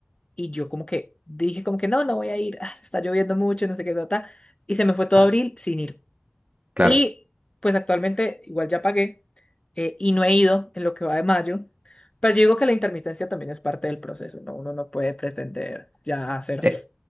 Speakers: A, on the left (about 25°); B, on the right (about 35°).
A: y yo como que dije como que no, no voy a ir, ah, está lloviendo mucho, no sé qué, ta, ta", y se me fue todo
B: Claro,
A: abril sin ir.
B: claro.
A: Y pues actualmente igual ya pagué eh, y no he ido en lo que va de mayo. Pero yo digo que la intermitencia también es parte del proceso, ¿no? Uno no puede pretender ya hacer...
B: Eh,